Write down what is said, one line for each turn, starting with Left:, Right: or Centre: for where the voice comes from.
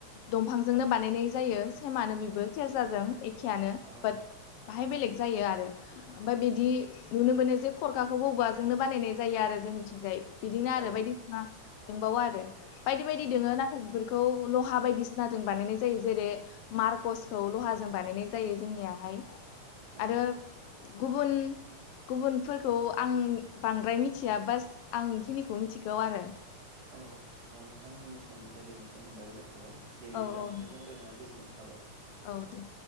Left: दंफांजोंनो बानायनाय जायो सेमानो बेबो सेरजाजों एखेआनो
Right: औ
Left: बाट बाहाय बेलेग जायो आरो ओमफ्राय बिदि नुनो मोनो जे खरखाखौ औवाजोंनो बानायनाय जायो आरो। जोंनिथिंजाय बिदिनो आरो
Right: औ
Left: बायदिसिना दंबावो आरो। बायदि बायदि
Right: औ
Left: दोङो नाथाय बेफोरखौ लहा बायदिसिनाजों बानायनाय जायो जेरै मारकसखौ लहाजों बानायनाय जायो जोंनियाहाय
Right: औ
Left: आरो गुबुन गुबुनफोरखौ आं बांद्राय मिथिया। बास आं बेखिनिखौ मिथिगौ आरो।
Right: औ। औ नोंथां जोंनि सम रायलायनाय समखोन्दोआबो जाखाबाय। दे बिदिब्ला
Left: औ
Right: नोंथांजों
Left: नोंथां।
Right: रायलायनानै गोजोननाय थाबाय।
Left: औ दे